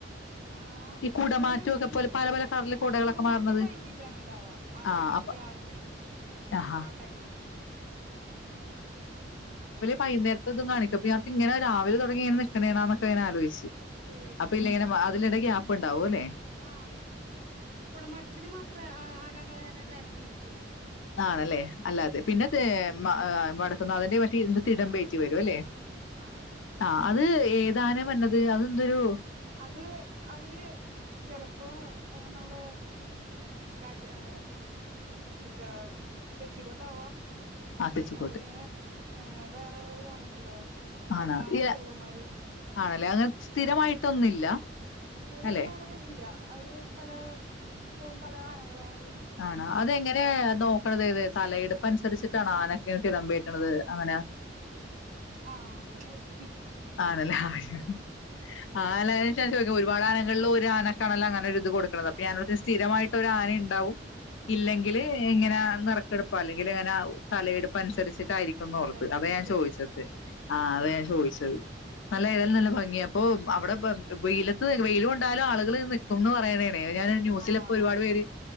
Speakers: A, on the right; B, on the left.
A: ആ
B: ഈ കുടമാറ്റൊക്കെ
A: അത്
B: പോലെ പല പല കളറില് കുടകളൊക്കെ
A: ആ കുടമാറ്റം
B: മാറണത്.
A: വൈകിട്ടാണ് ഇണ്ടവാ ആ
B: ആഹ്
A: വൈകിട്ട്
B: അപ്പൊ
A: ഒരു ആറ് മണിക്ക്
B: ആഹാ
A: ആ ടൈമില് ആ മ്
B: വൈകുന്നേരത്തും കാണിക്കപ്പ ഞാനോർത്ത് ഇങ്ങനെ രാവിലെ തൊടങ്ങി ഇങ്ങനെ നിക്കണേ യാണോന്നോക്കെയാലോചിച്ച്
A: ഏ
B: അപ്പൊ ല്ലേ എങ്ങനെ വാതിലടക്കാം ഇപ്പണ്ടാവു അല്ലേ?
A: ആ കുടമാറ്റത്തിന് മാത്രേ ആ ആ ആനാകളങ്ങനെ നിരന്ന് നിൽക്കുള്ളൂ
B: ആണല്ലേ അല്ലതെ പിന്നെ തേ മാ വടക്കുന്നനാഥന്റെ പറ്റി ഇന്ന് തിടംബേറ്റി വരും അല്ലേ
A: ആ
B: ആ അത് ഏതാന
A: പിന്നെ
B: വന്നത് അത് ഇതൊരു
A: അത് അവര് ചില ഇപ്പൊ നമ്മുടെ രാജ എ മെറ്റെ തെച്ചിക്കോട്ട ആവാം
B: ആഹ് തെച്ചിക്കോട്ട്
A: അല്ലെ ആഏഹ വേറെ ഒരാന ഉണ്ടല്ലോ
B: ആണോ?
A: എർണാകുളംശിവകുമാറ്
B: ഈ ആണല്ലേ അങ്ങെ സ്ഥിരമായിട്ടൊന്നില്ല
A: സ്ഥിരായിട്ട്
B: അല്ലെ
A: അങ്ങനെ ഇല്ല അവര് പലപ്പോഴു പല ആനകളിങ്ങനെ
B: ആണാ അതെങ്ങനെ ഒന്ന് മു അതെഅതെ തലയിെടുപ്പ് അനുസരിച്ചിട്ടാണ് ആനൊക്കെ കിടം ബേറ്റണത് അങ്ങനെ
A: ആ അങ്ങനെ ആയിരിക്കും
B: ആണല്ലേ ആ ആല ച ചോദിക്ക ഒരുപാട്ആനകളില് ഒരു ആനാക്കടലാ കണ്ടി ത് കൊടുക്കണത് അപ്പ
A: ആഹ്
B: ഞാനോർത്തു സ്ഥരമായിട്ട് ത് ഒരാനയുണ്ടാവും ഇല്ലെങ്കില് എങ്ങനെ നറുക്കെടുപ്പ് അല്ലെങ്കിൽ എങ്ങനെ തലയെടുപ്പ് അനുസരിച്ച് യിരിക്കുംന്ന്
A: കാലയെടുപ്പനുസരിച്ച്
B: ഓർത്ത് അതാ ഞാൻ ചോദിച്ചത് ആ അതാ ഞാൻ ചോദിച്ചത് നല്ല എതളിന് നല്ല ഭംഗിയാ അപ്പൊ അവിടെ വെയിലത്ത് വെയിലു കൊണ്ടാലും ആളുകള് നിക്കുംന്ന് പറയണ്ടായിരുന്നു വേറെ ആരാ ന്യൂസിലൊക്കെ
A: ആഹ്
B: ഒരുപാട് പേര്